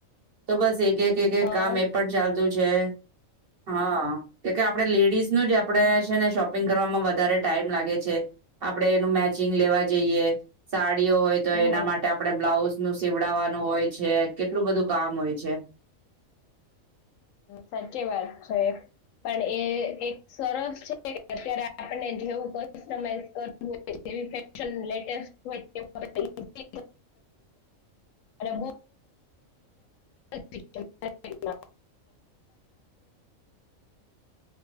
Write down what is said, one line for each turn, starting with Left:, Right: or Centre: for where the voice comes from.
Right: તો બસ એક <unintelligible>
Left: હા
Right: કામ એ પણ ચાલ <unintelligible> હા કે કે આપણે લેડીઝ ન જ આપણેે છે ને શોપિંગ કરવામાં વધારે ટાઈમ લાગે છે આપડે એનું મેચિંગ લેવા જઈએ સાડ ડિઓ હોય તો એના
Left: હા
Right: માટે આપણે બ્લાઉઝ નુ સીવડવાનુ હોય છે, કેટલું બધું કામ હોય છે,
Left: સાચી વાત છે, પણ એ એક સરસ છે, કે અત્યારે આપણને જેવું કસ્ટમાઇઝિસ કરવું હોય, તેવી ફેશનનું લેટેસ્ટ હોય, તેવું કરી શકીએ છે, <unintelligible> <inaudible>